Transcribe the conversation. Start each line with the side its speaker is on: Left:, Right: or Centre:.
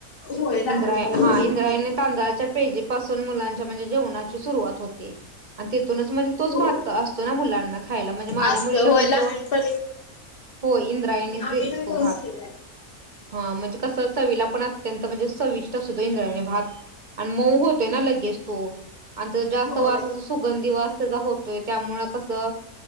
Left: होय लहानपणापासून
Right: इंद्राय हा इंद्रायण
Left: होय
Right: तांदळाच्या पेजी पाासून मुलांच्या म्हणजे जेवणाची सुरुवात हो आणि तिथूनच म्हणजे तोच
Left: हो
Right: भात असतो ना मुलांना खायला म्हणजे माझ्या
Left: असत
Right: मुलीला
Left: होय
Right: पण
Left: लहानपणी
Right: तो हो इंद्रायणीच देत
Left: आम्ही पण
Right: तो
Left: तोच
Right: भात
Left: केलाय
Right: हा म्हणजे कस चवीला पण अत्यंत म्हणजे सविष्ट असतो इंद्राणी भात आणि मऊ होते ना लगेच तो आणि जास्त
Left: होय
Right: वास सुगंधिवास त्याचा होतोय त्यामुळे कसं